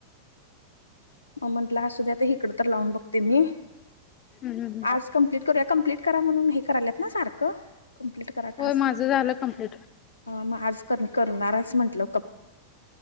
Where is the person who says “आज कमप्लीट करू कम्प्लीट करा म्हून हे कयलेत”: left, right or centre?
Left